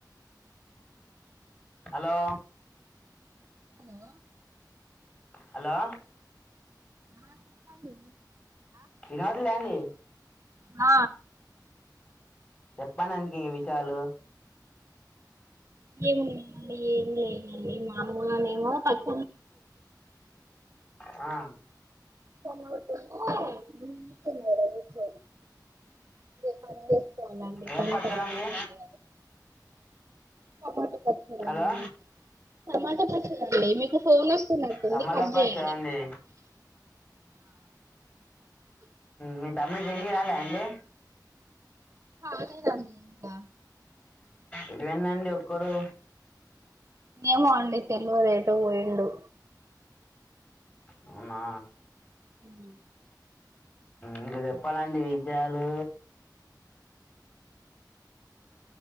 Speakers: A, on the left; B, on the right.
A: హలో
B: హలో
A: హలో
B: ఆ చెప్పండి
A: ఏం కాదులేండి
B: ఆ
A: చెప్పననికి ఈ విషయాలు
B: ఏమున్నాండి ఏం లేదండి మా అమ్మనేమో పక్క
A: ఆ
B: కూర్చుంటే గుంజుతున్నాయి అందుకే ఇగా పనిచేసి అండి
A: ఏం
B: పని
A: పచ్చడండి
B: టైం అయితాంది కదా పచ్చడండి
A: హలో
B: టమాట పచ్చడి అండి మీకు ఫోన్ వ వస్తున్నట్టుంది
A: తమలపాకు
B: కట్ చేయండి
A: అండి మీ తమ్ముడు ఇంకా ఇంటికి రాలేదా అండి
B: రాలేదండీ ఇంకా
A: ఎటు పోయిండండి ఒక్కడు
B: ఏమో అండి తెలవదు ఎటో పోయిండు
A: అవునా
B: ఉమ్
A: ఇంకా చెప్పాలండి విషయాలు